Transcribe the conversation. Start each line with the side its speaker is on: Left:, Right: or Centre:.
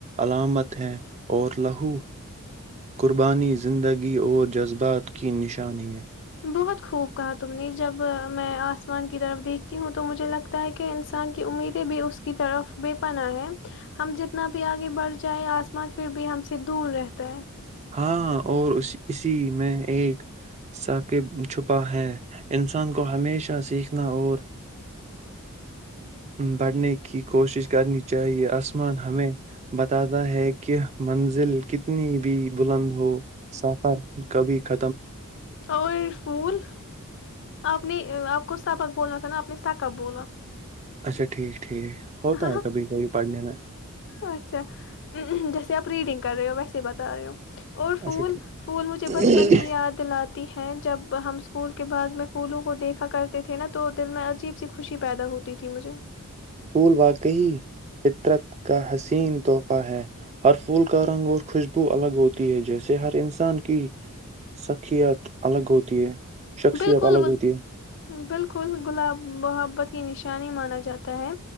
Right: علامت ہے اور لہو قربانی زندگی اور جذبہ بات کی نشانی ہے
Left: بہت خوب کہا تم نے جب میں آسمان کی طرف دیکھتی ہوں تو مجھے لگتا ت کہہ انسان کی امیدیں بھی اس کی طرف بے پنا ہے ہم جتنا بھی آگے بڑھ جائےیں آسمان پھر بھی ہم سے دور رہتا ہے
Right: ہاں اور اس اسی میں ایک سااکب چھپا ہے انسان کو ہمیشہ سیکھنا اور بڑھنے کی کوشش کرنی چاہیے آسمان ہمیں بتاتا ہے کہ منزل کتنی بھی بلند ہو سفر کبھی خ
Left: اور پول آپ نے آپ کو سبق بولنا تھا نا آپ نے ت کا بلا <unintelligible>
Right: اچھا ٹھیک ٹھیک ہوتا
Left: ہ
Right: ہے کبھی کبھی پڑھنے میں
Left: اچھا جیسے آپ ریڈنگ کر رہے ہو ویسے سے بتا رہے ہو <unintelligible> اور پھول
Right: اچھا
Left: پھول مجھے
Right: ٹھیک
Left: بچپن کی یاد دلاتا جب ہم اسکول کے باگ میں پھولوں کو دیکھا کرتے تھے نا تو دل میں عجیب سی خوشی پیدا ہوتی تھی مجھے
Right: پھول واقعی فطرت کا حسین تحفہ ہے ہر پھول کا رنگ اور خوشبو الگ ہوتی ہے جیسے ہر انسان کی سخیت الگ ہوتی ہے شخصیت
Left: بالکل
Right: الگ ہوتی ہے
Left: بالکل گلاب محبت کی نش انی مانا جاتا ہے